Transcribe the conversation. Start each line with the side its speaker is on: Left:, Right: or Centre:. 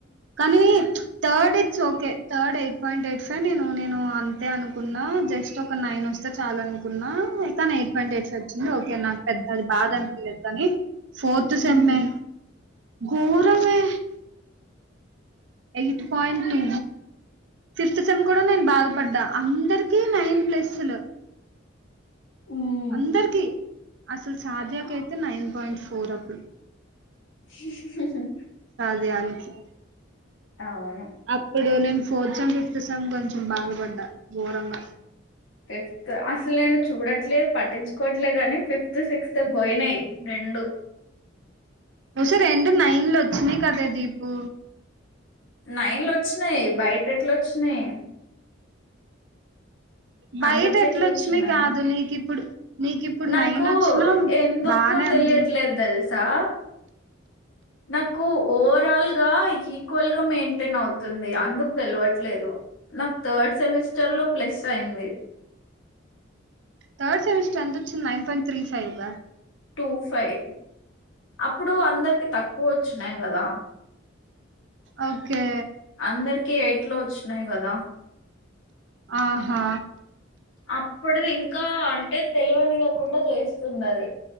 Right: కానీ చ్చు third it's okay third eight point eight five నేను నేను అంతే అనుకున్నా జస్ట్ ఒక నైన్ వస్తే చాలు అనుకున్నా కానీ ఎయిట్ పాయింట్ ఎయిట్ ఫైవ్ వచ్చింది ఓకే నాకు పెద్ద అది బాధ అనిపియలేదు కానీ ఫోర్త్
Left: హ్మ్.
Right: సెమ్మె గోరమే eight point two fifth sem కూడా నేను బాధపడ్డా అందరికీ నైన్ ప్లస్సులు
Left: హ్మ్.
Right: అందరికీ అసలు సాదియాకి అయితే నైన్ పాయింట్ ఫోర్ అప్పుడు
Left: హ్మ్మ్మ్
Right: ధ్యానికి
Left: అవును
Right: అప్పుడు నేను ఫోర్త్ సెమ్ ఫిఫ్త్ సెమ్ కొంచెం బాధపడ్డా ఘోరంగా
Left: ఫిఫ్త్ అసలు నేను చూడట్లేదు పటిన్చుకోవట్లేదు గాని ఫిఫ్త్ సిక్స్త్ పోయినాయి రెండు
Right: ఒసే రెండు నైండ్లొచ్చినాయ్ కదే దీపూ
Left: నైండ్లొచ్చినాయ్ బైటెట్లొచ్చినాయ్
Right: బైట
Left: అందరికెట్లొచ్చినాయి?
Right: ఎట్లొచ్చినాయ్ కాదు నీకిప్పుడు నీకిప్పుడు
Left: నాకు
Right: నైన్ వచ్చినా
Left: ఎందుకు
Right: బానే
Left: తెలియట్లేద్
Right: ఉంది
Left: దెల్సా నాకు ఓవరాల్ గా ఈక్వల్ గా మెయింటెన్ అవుతుంది అందుక్ దెల్వడ్ ట్లేదు నాక్ థర్డ్ సెమిస్టర్ లో ప్లస్సైంది
Right: థర్డ్ సెమిస్ట్రెంతొచ్చింది నైన్ పాయింట్ త్రీ ఫైవ్ గా
Left: టూ ఫైవ్ అప్పుడు అందర్కి తక్కువొచ్చినాయ్ గదా
Right: ఓకే
Left: అందర్కి ఎయిట్ లో వొచ్చినాయ్ గదా
Right: ఆహా
Left: అప్పడిది ఇంకా అంటే తెల్వనియ్యకుండా జేస్తుందది